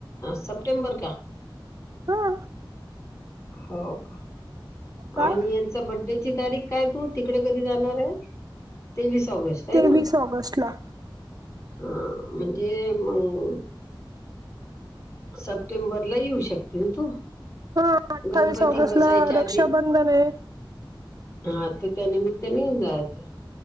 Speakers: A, on the left; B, on the right.
A: सप्टेंबर का?
B: हा.
A: हो का.
B: का
A: आणि यांचा बड्डेची तारीख काय तू तिकडे कधी जाणार आहे तेवीस ऑगस्ट. आहे
B: तेवीस
A: ना
B: ऑगस्ट ला.
A: हा म्हणजे मग सप्टेंबरला येऊ शकते ना तू?
B: हा अठ्ठावीस
A: गणपती
B: ऑगस्ट
A: बसायच्या
B: ला रक्षाबंधन
A: आधी
B: आहे.
A: हा तर त्यानिमित्त येऊन जायचं.